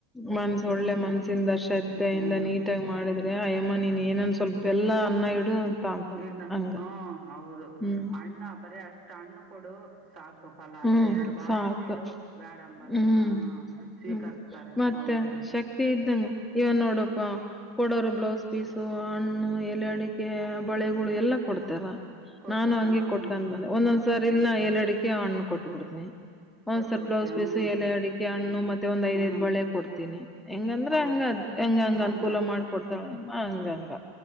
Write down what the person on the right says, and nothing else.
ಹ್ಞೂ
ಇನ
ಹಾ ಹೌದು
ಅಣ್ಣ ಬರ ಅಷ್ಟ ಅಣ್ಣ ಕೊಡು <unintelligible> ಸಾಕು ಫಲ
ಅಷ್ಟೆ ಎರಡು ಬಾಳೆಹಣ್ಣೆಡು
ಬ್ಯಾಡ ಅಂಬದಿಲ್ಲ
ಹಾ ಸ್ವೀಕರ್
<unintelligible> ರ
ಹೌದು <unintelligible>
ಕೊಡ್ತಾರೆ
ಹ್ಞೂ
ಕೊಟ್ಟು ಬಿಡ್ತೀವಿ
ಹ್ಞೂ
ಹ್ಞೂ
ಹೌದು
ಹಂಗೆ